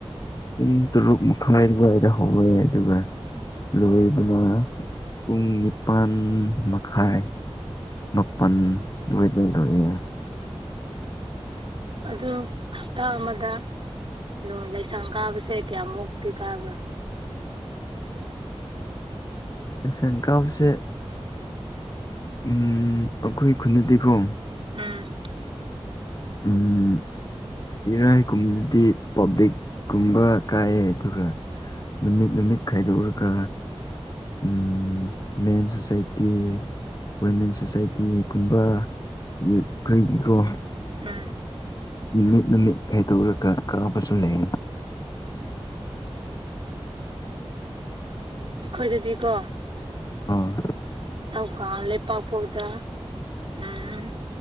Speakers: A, on the left; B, on the right.
A: ꯄꯨꯡ ꯇꯔꯨꯛ ꯃꯈꯥꯏ ꯑꯗꯨꯋꯥꯏꯗ ꯍꯧꯔꯦ ꯑꯗꯨꯒ ꯂꯣꯏꯕꯅ ꯄꯨꯡ ꯅꯤꯄꯥꯟ ꯃꯈꯥꯏ ꯃꯥꯄꯟ ꯑꯗꯨꯋꯥꯏꯗ ꯂ‌ꯣꯏꯌ‌ꯦ <inaudible>
B: ꯑꯗꯨ ꯍꯞꯇꯥ ꯑꯃꯗ ꯅ‌ꯣ ꯂꯥꯏꯁꯪ ꯀꯥꯕꯁꯦ ꯀꯌꯥꯃꯨꯛꯇꯤ ꯀꯥꯕ꯭ꯔꯥ
A: ꯂꯥꯏꯁꯪ ꯀꯥꯕꯁꯦ ꯎꯝ ꯑꯩꯈꯣꯏ ꯈꯨꯟꯗꯗꯤꯀꯣ
B: ꯎꯝ
A: ꯎꯝ ꯏꯔꯥꯏꯒꯨꯝꯗꯗꯤ ꯄꯕ꯭ꯂꯤꯛ ꯀꯨꯝꯕ ꯀꯥꯏꯌ‌ꯦ ꯑꯗꯨꯒ ꯅꯨꯃꯤꯠ ꯅꯨꯃꯤꯠ ꯈꯥꯏꯗꯣꯛꯔꯒ ꯎꯝ ꯃꯦꯟ ꯁꯣꯁꯥꯏꯇꯤ ꯋꯨꯃꯦꯟ ꯁꯣꯁꯥꯏꯇꯤꯒꯨꯝꯕ ꯌꯨꯠ ꯈꯣꯏꯒꯤꯀꯣ
B: ꯎꯝ
A: ꯅꯨꯃꯤꯠ ꯅꯨꯃꯤꯠ ꯈꯥꯏꯗꯣꯛꯔꯒ ꯀꯥꯕꯁꯨ ꯂꯩꯌ‌ꯦ
B: ꯑꯩꯈꯣꯏꯒꯤꯗꯤꯀꯣ
A: ꯑꯥ
B: ꯇꯧꯀ ꯂꯩꯄꯥꯛꯄꯣꯛꯇ ꯎꯝ